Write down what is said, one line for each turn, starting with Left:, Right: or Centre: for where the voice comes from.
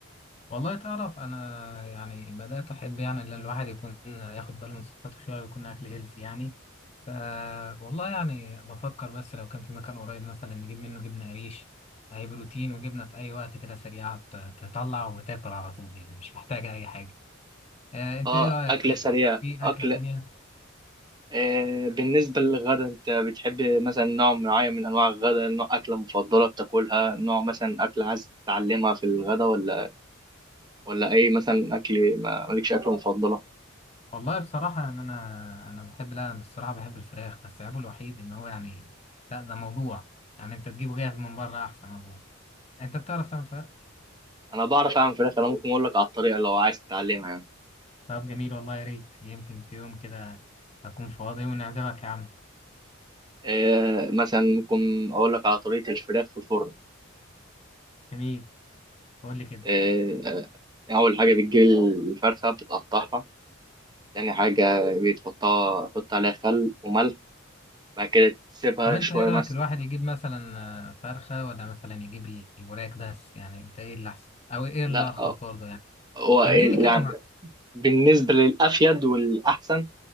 Left: والله تعرف أنا يعني بدأت أحب يعني إن الواحد يكون ياخد باله من صحته شوية ويكون أكل هيلثي يعني ف والله يعني بفكر بس لو كان في مكان قريب مثلا نجيب منه جبنة قريش هي بروتين وجبنة في أي وقت كده سريعة ت- تطلع وتاكل على طول يعني مش محتاجة أي حاجة آه، أنت
Right: اه
Left: إيه رأيك
Right: أكلة
Left: آه،
Right: سريعة
Left: في
Right: أكل
Left: أكلة تانية؟
Right: آه، بالنسبة للغدا أنت بتحب مثلا نوع معين من أنواع الغدا نوع أكلة مفضلة بتاكلها نوع مثلا أكلة عايز تتعلمها في الغدا ولا ولا اي مثلا اكل ما- مالكش اكله مفضله
Left: والله بصراحة إن أنا أنا بحب لا أنا بصراحة بحب الفراخ بس عيبه الوحيد إن هو يعني لا ده موضوع يعني أنت تجيبه جاهز من بره أحسن أظن أنت بتعرف تعمل فراخ؟
Right: انا بعرف اعمل فراخ انا ممكن اقول لك على الطريقه لو عايز تتعلمها يعني
Left: طب جميل والله يا ريت يمكن في يوم كده أكون فاضي ونعزمك يا عم
Right: إيه مثلا ممكن اقول لك على طريقه الفراخ في الفرن
Left: جميل قول لي كده
Right: إيه اول حاجه بتجيب الفرخه بتقطعها تاني حاجه بتحطها تحط عليها خل وملح بعد كده تسيبها
Left: طب انت
Right: شويه
Left: ايه رأيك
Right: مثلا
Left: الواحد يجيب مثلا آه، فرخة ولا مثلا يجيب الوراك بس يعني انت ايه اللي احسن او ايه
Right: لا
Left: اللي ارخص
Right: آه،
Left: برضه يعني
Right: هو ال-
Left: اديني كده
Right: يعني
Left: مع
Right: بالنسبه للافيد والاحسن